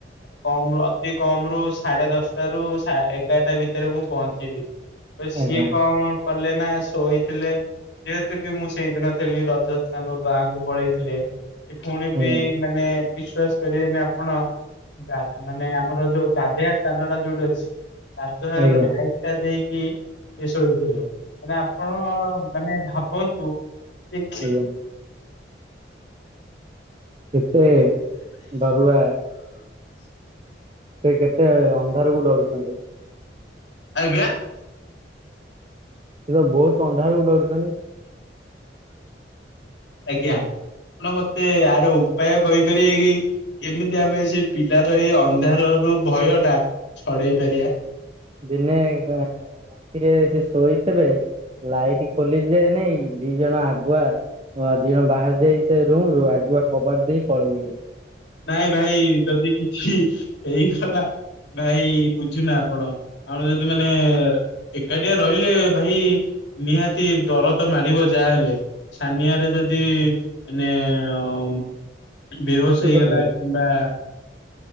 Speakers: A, on the left; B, on the right.
A: କମରୁ ଅତି କମରୁ ସାଢେ ଦଶଟାରୁ ସା ଏଗାରଟା ଭିତରେ ମୁଁ ପହଞ୍ଚିବି। ତ ସିଏ
B: ଆଜ୍ଞା ଆଜ୍ଞା
A: କଣ କଲେନା ଶୋଇଥିଲେ। ଯେହେତୁକି ମୁଁସେଇ ଦିନ ଥିଲି ରଜତ୍ ତାଙ୍କ ଗାଁକୁ ପଳେଇଥିଲେ। କି ଫୁଣିବି
B: ଆଜ୍ଞା
A: ମାନେ ବିଶ୍ଵାସ କରିବେନି ଆପଣ ଗା ମାନେ ଆମର ଯୋଉ ଗାଧେଇବା ସ୍ଥାନଟା ଯୋଉଠି ଅଛି ଗାଧୁଆ ଘର
B: ଆଜ୍ଞା
A: ଲାଇଟ୍ ଟା ଦେଇକି ସେଶୋଇଥିଲେ ମାନେ ଆପଣ ମାନେ ଭାବନ୍ତୁ ଦେଖି
B: ଆଜ୍ଞା କେତେ ଡରୁଆ ସେ କେତେ ଅନ୍ଧାରକୁ ଡରୁଚନ୍ତି।
A: ଆଜ୍ଞା।
B: ସେତ ବହୁତ୍ ଅନ୍ଧାରକୁ ଡରୁଚନ୍ତି।
A: ଆଜ୍ଞା ଆପଣ ମତେ ଆର ଉପାୟ କହିପାରିବେକି? କେମିତି ଆମେ ସେପିଲାର ଏଇ ଅନ୍ଧାରରୁ ଭୟଟା ଛଡ଼େଇ ପାରିବା।
B: ଦିନେ ରାତିରେ ସେ ଶୋଇଥିବେ ଲାଇଟ କ ଲିଜା ଯେ ନାଇଁ କି ଦି ଜଣ ଆଗୁଆ ହଁ ଦି ଜଣ ବାହାରି ଯାଇ ସେ ରୁମ ରୁ ଆଗୁଆ କବାଟ ଦେଇ ପଳେଇଲେ।
A: ନାଇଁ ଭାଇ ଯଦି କିଛି ହେଇଗଲା ଭାଇ ବୁଝୁନା ଆପଣ। ଆମର ଯଦି ମାନେ ଏକାଟିଆ ରହିଲେ ଭାଇ ନିହାତି ଡର ତ ମାାଡିବ ଯାହେଲେ। ଛାନିଆ ରେ ଯଦି ମାନେ ଅ ବେହୋସ୍
B: ଶୁଶୁ
A: ହେଇଗଲା
B: କରିଦେବେ
A: କିମ୍ବା